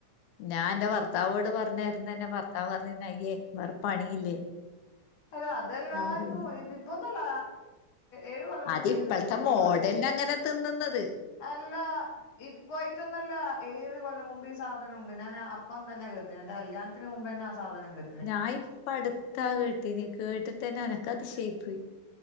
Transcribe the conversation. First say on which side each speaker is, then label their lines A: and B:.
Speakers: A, on the left; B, on the left.
A: ഞാൻ ന്റെ ഭർത്താവോട് പർഞ്ഞാര്ണം എന്റെ ഭർത്താവ് പറഞ്ഞിര്ന്ന് അയ്യേ വേറെ പണിയില്ലേ
B: അത അതെല്ലാരും
A: ഞാൻ പറയുന്നു.
B: ഇപ്പോ ഇതിപ്പോന്നുല്ല ഏഴ് കൊല്ലം
A: അത്
B: മുമ്പേ
A: ഇപ്പഴത്തെ
B: ഇത്ണ്ട് ഇപ്പൊന്ന
A: മോഡലിന് അങ്ങനെ തിന്ന്ന്നത്.
B: അല്ല ഇപ്പായ്റ്റൊന്നല്ല എഴ് കൊല്ലം മുമ്പ് ഈ സാധനമുണ്ട് ഞാന് അപ്പം തന്നെ കേട്ടിന് എന്റെ കല്യാത്തിന് മുമ്പെന്നെ ആ സാധനം കേ
A: ഞാ ഇപ്പ അട്ത്താ കേട്ടിനി കേട്ട്ട്ടെന്നെ എനക്ക് അതിശയായി പോയി